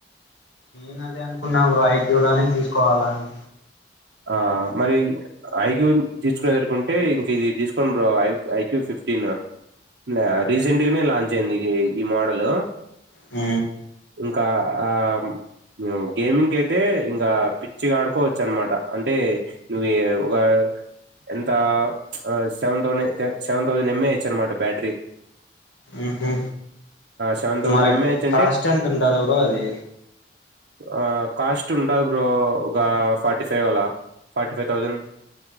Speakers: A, on the left (about 85°); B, on the right (about 70°).
A: నే అదే అనుకున్నా బ్రో ఐక్యూ లనే తీసుకోవాలని
B: ఆ మరి ఐక్యూ తీచుకోవాలనుకుంటే ఇంకిది తీసుకోను బ్రో ఐ ఐక్యూ ఫిఫ్టీన్ ఆ రీసెంట్ నే లాంచ్ అయింది ఇ ఈ మోడలు
A: ఊ
B: ఇంకా ఆ ఉ గేమింగ్ కయితే ఇంకా పిచ్చిగా ఆడుకోవచ్చు అనమాట అంటే నువె ఒక ఎంత ప్చ్ సెవెన్ తోనేతే సెవెన్ థౌసండ్ ఎంఏ ఇచ్చ అనమాట బ్యాటరీ
A: ఉహూ
B: సెవెన్ థౌజండ్
A: మరి
B: ఎంఏహెచ్
A: కాస్ట్ ఎంతుంటాది బ్రో అది
B: ఆ కాస్ట్ ఉంటది బ్రో ఒక ఫార్టీ ఫై వ్ ల ఫార్టీ ఫైవ్ థౌజండ్